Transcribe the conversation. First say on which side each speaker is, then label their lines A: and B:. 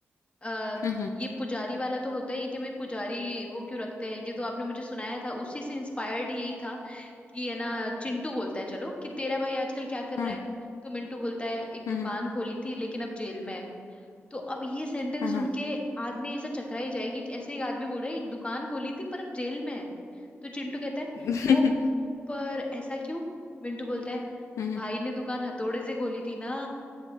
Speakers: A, on the left; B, on the left.
A: आ,
B: हम्म
A: ये पुजारी वाला तो होता ही है कि भाई पुजारी वो क्यों रखते हैं ये तो आपने मुझे सुनाया था उसी से इंस्पायर्ड यही था कि है ना चिंटू बोलता है चलो कि तेरा भाई आजकल क्या कर
B: हाँ
A: रहा है तो मिंटू बोलता है एक
B: हाँ
A: दुकान खोली थी लेकिन अब जेल में है तो अब ये सेंटेंस
B: हाँ
A: सुन
B: हाँ
A: के आदमी ऐसा चकरा ही जाएगी कि ऐसे एक आदमी बोल रहा है एक दुकान खोली थी पर अब जेल में है तो चिंटू कहता है
B: हम्म
A: ओ पर ऐसा क्यों मिंटू बोलता है
B: हम्म
A: भाई ने दुकान हथौड़े से खोली थी ना